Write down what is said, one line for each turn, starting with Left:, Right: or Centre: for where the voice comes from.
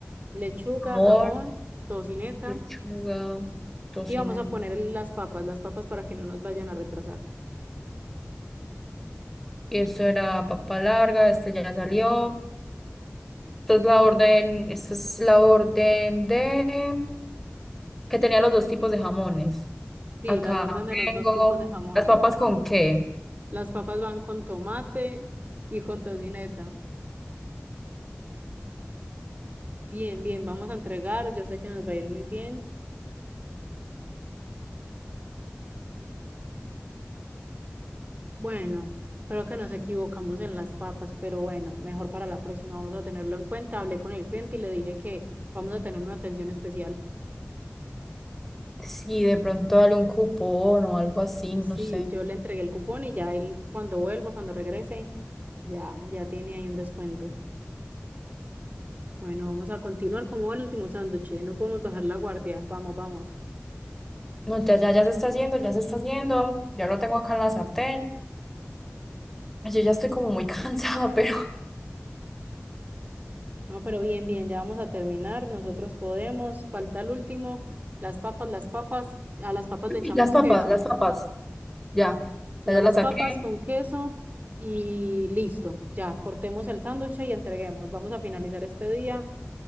Right: lechuga,
Centre: amor,
Right: jamón, tocineta.
Centre: lechuga, tocineta.
Right: Y vamos a poner el- las papas, las papas para que no nos vayan a retrasar.
Centre: Y esto era papa larga, este ya salió. Esta es la orden, esta es la orden de que tenía los dos tipos de jamones.
Right: Sí,
Centre: Acá
Right: la orden de
Centre: tengo
Right: los dos tipos de jamones.
Centre: las papas con qué.
Right: Las papas van con tomate y con tocineta. Bien, bien, vamos a entregar. Yo sé que nos va a ir muy bien. Bueno, creo que nos equivocamos en las papas, pero bueno, mejor para la próxima vamos a tenerlo en cuenta. Hablé con el cliente y le dije que vamos a tener una atención especial.
Centre: sí de pronto dale un cupón o algo así, no
Right: Sí,
Centre: sé.
Right: yo le entregué el cupón y ya él cuando vuelva, cuando regrese, ya, ya tiene ahí un descuento. Bueno, vamos a continuar como el último sándwich. ¿eh? No podemos bajar la guardia. Vamos, vamos.
Centre: No, ya, ya, ya se está haciendo, ya se está haciendo. Ya lo tengo acá en la sartén. Ay, Yo ya estoy como muy cansada, pero
Right: No, pero bien, bien, ya vamos a terminar. Nosotros podemos. Falta el último. Las papas, las papas. A las papas
Centre: <laughs>
Right: le echamos
Centre: las papas,
Right: queso.
Centre: las papas. Ya,
Right: Ya
Centre: ya, ya
Right: las
Centre: las saqué.
Right: papas con queso y listo. Ya cortemos el sándwich y entreguemos. Vamos a finalizar este día